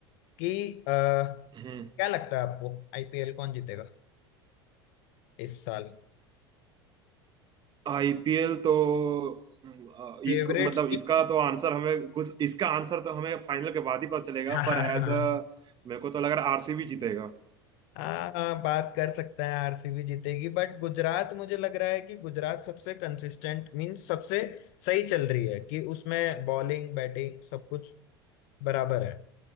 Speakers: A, on the left (about 65°); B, on the right (about 35°).
A: कि अ,
B: हम्म
A: क्या लगता है आपको आईपीएल कौन जीतेगा इस साल
B: आईपीएल तो हम्म, अ,
A: Favourite
B: एक, मतलब
A: team
B: इसका तो आंसर हमें कुछ इसका आंसर तो हमें फाइनल के बाद ही पता चलेगा
A: <laughs> हाँ हाँ
B: पर एज
A: हाँ
B: अ मेरे को तो लग रहा है आरसीबी जीतेगा
A: हाँ, हाँ, बात कर सकते हैं आरसीबी जीतेगी बट गुजरात मुझे लग रहा है कि गुजरात सबसे कंसिस्टेंट मीन सबसे सही चल रही है कि उसमें बॉलिंग बैटिंग सब कुछ बराबर है